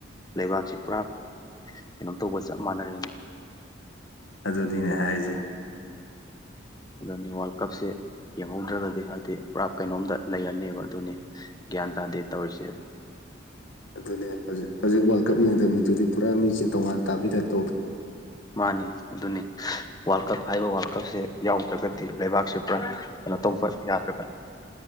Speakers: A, on the left; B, on the left.
A: ꯂꯩꯕꯥꯛꯁꯦ ꯄꯨꯔꯥ ꯀꯩꯅꯣꯝ ꯇꯧꯕ ꯆꯞ ꯃꯥꯟꯅꯔꯦꯅꯦ
B: ꯑꯗꯨꯗꯤꯅꯦ ꯍꯥꯏꯖꯦ
A: ꯑꯗꯨꯅꯤ ꯋꯥꯔꯜ ꯀꯞꯁꯤ ꯌꯦꯡꯍꯧꯗ꯭ꯔꯒꯗꯤ ꯍꯥꯏꯗꯤ ꯄꯨꯔꯥ ꯀꯩꯅꯣꯝꯗ ꯂꯩꯔꯅꯦꯕ ꯑꯗꯨꯅꯤ ꯒ꯭ꯌꯥꯟ ꯇꯥꯗꯦ ꯇꯧꯔꯤꯁꯦ
B: ꯑꯗꯨꯅꯦ ꯍꯧꯖꯤꯛ ꯍꯧꯖꯤꯛ ꯋꯥꯔꯜ ꯀꯞ ꯌꯦꯡꯗꯕ ꯃꯤꯗꯨꯗꯤ ꯄꯨꯔꯥ ꯃꯤꯁꯤ ꯇꯣꯉꯥꯟ ꯇꯥꯕꯩ ꯇꯥꯏꯞ ꯇꯧꯗ꯭ꯔꯣ
A: ꯃꯥꯅꯤ ꯑꯗꯨꯅꯤ ꯋꯥꯔꯜ ꯀꯞ ꯍꯥꯏꯕ ꯋꯥꯔꯜ ꯀꯞꯁꯦ ꯌꯥꯎꯗ꯭ꯔꯒꯗꯤ ꯂꯩꯕꯥꯛ ꯁꯦ ꯄꯨꯔꯥ ꯀꯩꯅꯣ ꯇꯧꯕ ꯌꯥꯗ꯭ꯔꯒ